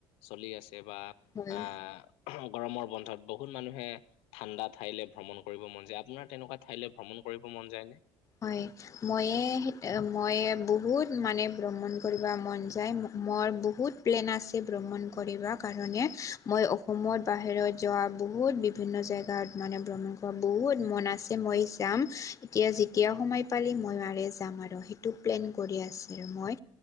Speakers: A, on the left; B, on the left.
A: চলি আছে বা
B: হয়
A: আ গৰমৰ বন্ধত বহুত মানুহে ঠাণ্ডা ঠাইলে ভ্ৰমণ কৰিব মন যায় আপোনাৰ তেনেকুৱাত ঠাইলে ভ্ৰমণ কৰিব মন যায় নে
B: হয় ময়ে ময়ে বহুত মানে ব্ৰমণ কৰিব মন যায় ম-ৰ বহুত প্লেন আছে এ ব্ৰমণ কৰিবা কাৰণে মই অসমত বাহিৰত যৱা বহুত বি বিভিন্ন জেগাত মানে ব্ৰমণ কৰা বহুত মন আছে মই যাম এতিয়া যি এতিয়া সময় পালি মই মাৰে যাম আৰু সেইটো প্লেন কৰি আছিল মই।